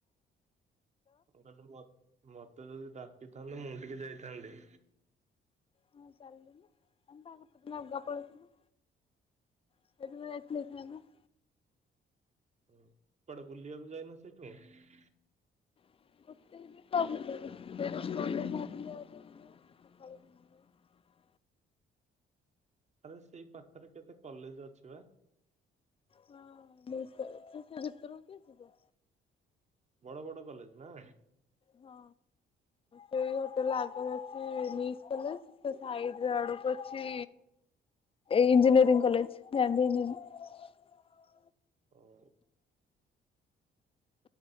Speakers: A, on the right; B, on the left.
A: ମୁଁ କହିଲି ମୁଁ ମତେ ଯଦି ଡାକିଥାନ୍ତେ ମୁଁ ଟିକେ ଯାଇଥାନ୍ତି।
B: ମୁଁ ଚାଲୁନୁ। ଆମେ ବା ଗୋଟେ ଦିନ ଆଗୁଆ ପଳାଇଥିଲୁ। ସେଇଦିନ ଯାଇଥିଲେ ହେଇଥାନ୍ତା।
A: କୁଆଡେ ବୁଲିବାକୁ ଯାଇନ ସେଇଠୁ ଆଉ।
B: ଗୋଟେ ବି କ <inaudible>
A: ଆରେ ସେଇ ପାଖରେ କେତେ କଲେଜ ଅଛି ବା।
B: ହଁ ବେଶିତ ଅଛି ସେ ଭିତରକୁ କିଏ ଯିବ।
A: ବଡ ବଡ କଲେଜ ନା?
B: ହଁ। ସେଇ ଗୋଟେ ଆଗରେ ନିଡ୍ କଲେଜ ସେ ସାଇଡ ଆଡ଼କୁ ଅଛି ଇଞ୍ଜିନିୟରିଂ କଲେଜ ଗାନ୍ଧୀ ଇଞ୍ଜିନିୟରିଂ।
A: ହଉ